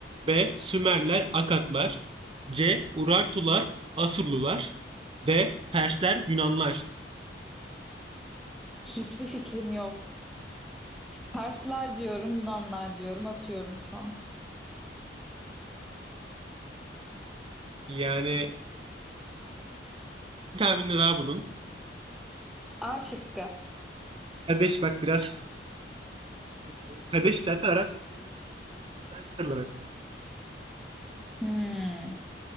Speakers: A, on the right; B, in the centre.
A: B. Sümerler, Akatlar. C. Urartular, Asurlular. D. Persler, Yunanlar.
B: Hiçbir fikrim yok. Persler diyorum, Yunanlar diyorum, atıyorum şu an.
A: Yani bir tahminde daha bulun.
B: A şıkkı.
A: Kadeş bak biraz. Evet, doğru. Kadeş zaten Arap ülkeleri gibi böyle değil mi? Hititler, Mısırlar arasında yapılmış.
B: Hmm.